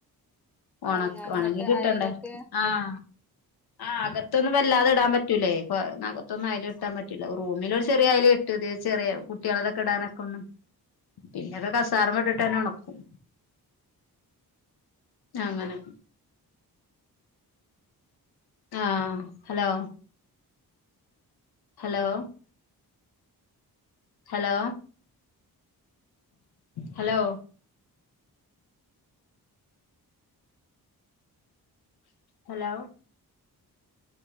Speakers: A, on the left; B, in the centre.
A: ഒണക്
B: ഒണങ്ങാന്
A: ഒണങ്ങി
B: എന്നിട്ട്
A: കിട്ടണ്ടേ
B: അയലൊക്കെ
A: ആഹ് ആഹ് അകത്തൊന്നും വല്ലാതെ ഇടാം പറ്റൂലെ പ്പൊ അകത്തൊന്നും അയലെട്ടാൻ പറ്റൂല റൂമില് ഒരു ചെറിയ അയല് ഇട്ട ട്ട്തെ ചെറിയ കുട്ട്യോളതാെക്കടാനൊക്കൊന്ന് പിന്നൊക്കെ കസാറമ്മട്ടിട്ടന്നെ ഒണക്കും നങ്ങനെ ആഹ് hello hello hello hello hello